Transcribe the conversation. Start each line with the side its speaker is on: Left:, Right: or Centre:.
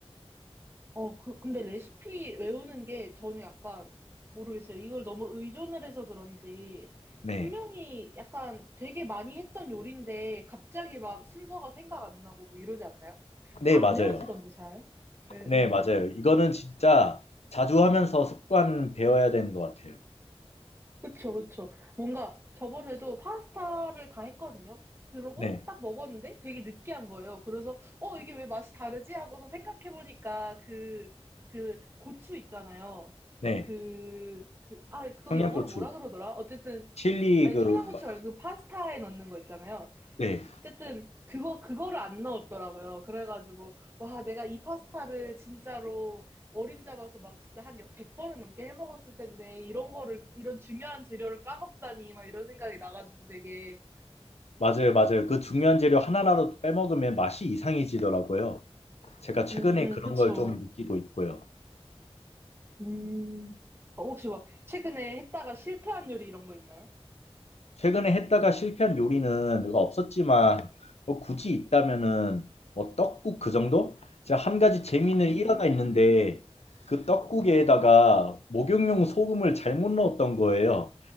Right: 어, 그, 근데 레시피 외우는 게 저는 약간 모르겠어요. 이걸 너무 의존을 해서 그런지
Left: 네.
Right: 분명히 약간 되게 많이 했던 요리인데 갑자기 막 순서가 생각 안 나고 뭐 이러지 않나요?
Left: 네,
Right: 안
Left: 맞아요.
Right: 외워지던데 잘. 예,
Left: 네,
Right: 예.
Left: 맞아요. 이거는 진짜 자주 하면서 습관 배워야 되는 것 같아요.
Right: 그쵸, 그쵸. 뭔가 저번에도 파스타를 다 했거든요. 그러고
Left: 네,
Right: 딱 먹었는데 되게 느끼한 거예요. 그래서, 어, 이게 왜 맛이 다르지? 하고서 생각해보니까 그, 그 고추 있잖아요.
Left: 네.
Right: 그, 그, 아, 그거
Left: 청양고추,
Right: 영어로 뭐라 그러더라? 어쨌든,
Left: 칠리
Right: 아니,
Left: 그,
Right: 청양고추
Left: 마-
Right: 말고 그 파스타에 넣는 거 있잖아요.
Left: 네,
Right: 어쨌든 그거 그거를 안 넣었더라고요. 그래가지고 와 내가 이 파스타를 진짜로 어림 잡아서 막 진짜 한 100번은 넘게 해 먹었을 텐데 이런 거를 이런 중요한 재료를 까먹다니 막 이런 생각이 나가지고 되게
Left: 맞아요, 맞아요. 그 중요한 재료 하나라도 빼먹으면 맛이 이상해지더라고요. 제가 최근에
Right: 음, 음
Left: 그런
Right: 그쵸.
Left: 걸 좀 느끼고 있고요.
Right: 음 어, 혹시 막 최근에 했다가 실패한 요리 이런 거 있나요?
Left: 최근에 했다가 실패한 요리는 뭐가 없었지만 뭐 굳이 있다면은 뭐 떡국 그 정도? 제가 한 가지 재미는
Right: 음,
Left: 일화가 있는데 그 떡국에다가 목욕용 소금을 잘못 넣었던 거예요.